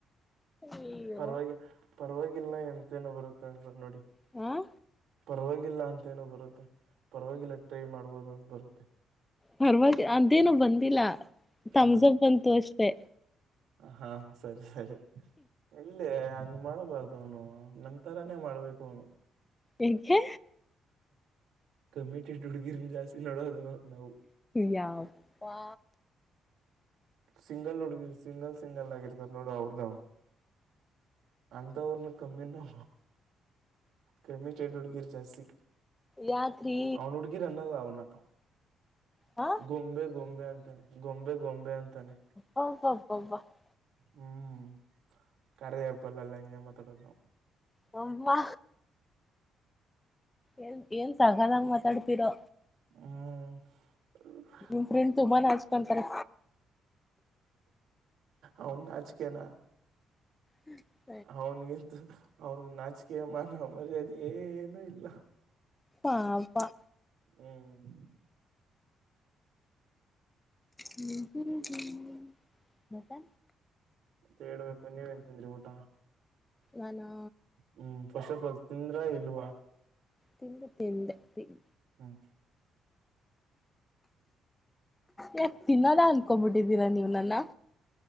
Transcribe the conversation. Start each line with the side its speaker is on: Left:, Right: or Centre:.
Left: ಅಯ್ಯೋ
Right: ಪರವಾಗಿ ಪರವಾಗಿಲ್ಲ ಎಂತೇನೋ ಬರುತ್ತೆ ಅಂತ ನೋಡಿ
Left: ಹ್ಮ್
Right: ಪರವಾಗಿಲ್ಲ ಅಂತೇನೋ ಬರುತ್ತೆ ಪರವಾಗಿಲ್ಲ ಟ್ರೈ ಮಾಡ್ಬೋದು ಅಂತ ಬರುತ್ತೆ
Left: ಪರವಾಗಿ ಅದೇನು ಬಂದಿಲ್ಲ ತಮಸಪ್
Right: ಹ
Left: ಬಂತು ಅಷ್ಟೆ
Right: ಹಾ ಹ ಸರಿ ಸರಿ ಇಲ್ಲೇ ಹಂಗ ಮಾಡಬಾರ್ದ ಅವ್ನು ಹ ನಂತರನೇ ಮಾಡ್ಬೇಕು ಅವನು
Left: ಯಾಕೆ
Right: ಕಮಿಟ್ ಹುಡ್ಗಿರಿನ ಜಾಸ್ತಿ ನೋಡೋದು ನಾವು
Left: ಯಪ್ಪಾ
Right: ಸಿಂಗಲ್ ಹುಡ್ಗಿ ಸಿಂಗಲ್ ಸಿಂಗಲ್ ಆಗಿರ್ತಾರ್ ನೋಡು ಅವ್ರದ ಅಂತವ್ರನ ಕಮ್ಮಿ ನ ಕಮ್ಮಿ ಚಡ ಹುಡ್ಗಿರ್ ಜಾಸ್ತಿ
Left: ಯಾಕೆ ರಿ
Right: ಅವ್ನು ಹುಡುಗಿ ಅನ್ನಲ್ಲ ಅವನು
Left: ಹಾ
Right: ಗೊಂಬೆ ಗೊಂಬೆ ಅಂತಾನೆ ಗೊಂಬೆ ಗೊಂಬೆ ಅಂತಾನೆ
Left: ಹಬ ಹಬ <unintelligible>
Right: ಹ್ಮ್ ಕಾರ್ಯ ಹಬ್ಬಲ್ಲೆಲ್ಲ ಹಿಂಗೆ ಮಾತಾಡೋದು್ ನಾವು
Left: ಹಮ್ಮ ಏನ್ ಏನ್ ಸಾಗದಂಗ ಮಾತಾಡ್ತಿೀರೋ
Right: ಹ್ಮ್
Left: ನಿಮ್ ಫ್ರೆಂಡ್ ತುಂಬಾ ನಾಚ್ಕೋನ್ತಾರೆ
Right: ಅವ್ನ್ಗ್ ನಚ್ಕೆನಾ.
Left: ಹ್ಮ್
Right: ಅವ್ನ್ಗೆಂತ ಅದು, ಅವ್ನ್ಗ್ ನಾಚ್ಕೆ ಮಾನ ಮರ್ಯಾದೆ ಏನು ಇಲ್ಲ.
Left: ಪಾಪಾ
Right: ಹ್ಮ್
Left: ಹ್ಮ್ ಹ್ಮ್ ಹ್ಮು ಮತ್ತೆ
Right: ಮತ್ತೆೇಳ್ಬೇಕು ನೀವೇನ್ ತಿಂದ್ರಿ ಊಟ?
Left: ನಾನಾ
Right: ಹ್ಮ್ ಫಸ್ಟಫಾಲ್ ತಿಂದ್ರ ಇಲ್ವಾ
Left: ತಿಂದೆ ತಿಂದೆ ತಿನ್
Right: ಹ್ಮ್
Left: ಯಾಕ್ ತಿನ್ನಲ್ಲ ಅನ್ಕೊಬಿಟ್ಟಿದ್ದೀರಾ ನೀವ್ ನನ್ನ.